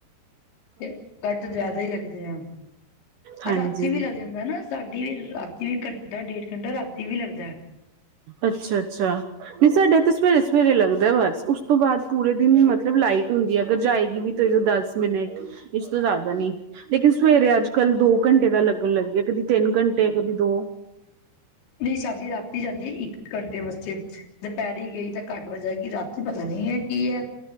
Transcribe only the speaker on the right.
ਹਾਂਜੀ
ਅੱਛਾ-ਅੱਛਾ। ਨਹੀਂ ਸਾਡੇ ਤਾਂ ਸਵੇਰੇ-ਸਵੇਰੇ ਲੱਗਦਾ ਬੱਸ। ਉਸ ਤੋਂ ਬਾਅਦ ਪੂਰੇ ਦਿਨ ਮਤਲਬ ਲਾਈਟ ਹੁੰਦੀ ਐ। ਅਗਰ ਜਾਏਗੀ ਵੀ ਤੇ ਦਸ ਮਿੰਨਟ, ਇਸ ਤੋਂ ਜ਼ਿਆਦਾ ਨੀ। ਲੇਕਿਨ ਸਵੇਰੇ ਅੱਜ-ਕੱਲ੍ਹ ਦੋ ਘੰਟੇ ਦਾ ਲੱਗਣ ਲੱਗਿਆ। ਕਦੀ ਤਿੰਨ ਘੰਟੇ, ਕਦੀ ਦੋ